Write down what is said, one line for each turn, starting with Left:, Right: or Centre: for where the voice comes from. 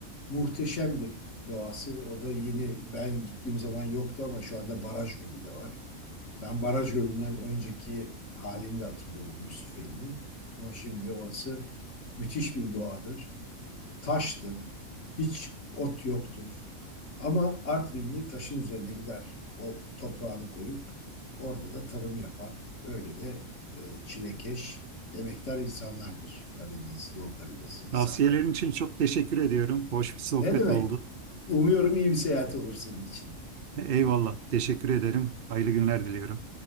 Left: Muhteşem bir doğası. Orada yeni ben gittiğim zaman yoktu ama şu anda Baraj Gölü de var. Ben Baraj Gölü'nden önceki halini de hatırlıyorum Yusufeli'nin. Ama şimdi orası müthiş bir doğadır taştır. Hiç ot yoktur. Ama Artvinli taşın üzerine gider. O toprağını koyup orada da tarım yapar. Öyle de e, çilekeş, emektar insanlardır Karadeniz, Doğu Karadeniz insanları.
Right: Tavsiyelerin için çok teşekkür ediyorum. Hoş bir sohbet
Left: Ne demek?
Right: oldu.
Left: Umuyorum iyi bir seyahat olur senin için.
Right: Eyvallah. Teşekkür ederim. Hayırlı günler diliyorum.